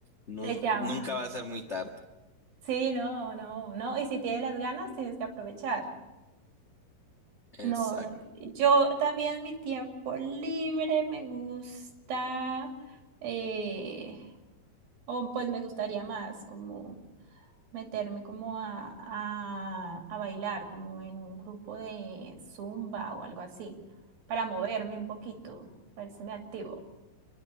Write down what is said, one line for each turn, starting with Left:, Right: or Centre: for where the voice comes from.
Left: nunca,
Right: se llama.
Left: nunca va a ser muy tarde.
Right: Sí, no, no, no. Y si tienes las ganas, tienes que aprovechar.
Left: Exacto.
Right: No, yo también mi tiempo libre me gusta, eh, o pues me gustaría más como meterme como a, a, a bailar, como en un grupo de zumba o algo así, para moverme un poquito, para me activo.